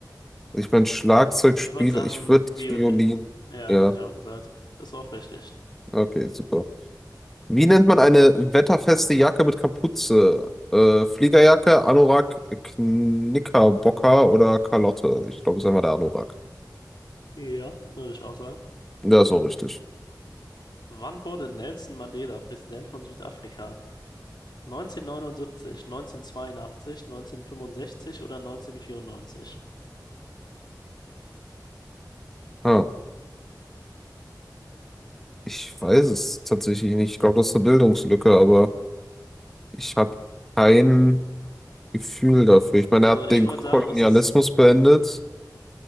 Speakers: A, in the centre; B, on the left.
A: ich meine, Schlagzeugspieler,
B: Ich würde sagen,
A: ich würde
B: Viol,
A: Violin.
B: ja,
A: Ja,
B: hätte ich auch gesagt. Ist auch richtig.
A: okay, super. Wie nennt man eine wetterfeste Jacke mit Kapuze? Äh, Fliegerjacke, Anorak, Knickerbocker oder Kalotte? Ich glaube, es ist einfach der Anorak.
B: Ja, würde ich auch sagen.
A: Ja, ist auch richtig.
B: Wann wurde Nelson Mandela Präsident von Südafrika? 1979, 1982, 1965 oder 1994?
A: Ah, ich weiß es tatsächlich nicht. Ich glaube, das ist eine Bildungslücke,
B: Genau.
A: aber. Ich habe kein Gefühl dafür. Ich meine,
B: Also
A: er hat
B: ich
A: den
B: würde
A: Kolonialismus
B: sagen, es ist,
A: beendet,